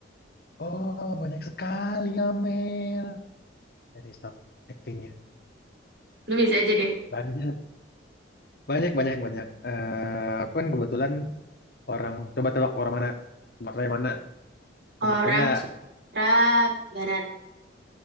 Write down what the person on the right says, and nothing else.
Lu biasa aja deh.
Orang
Sumatera Barat,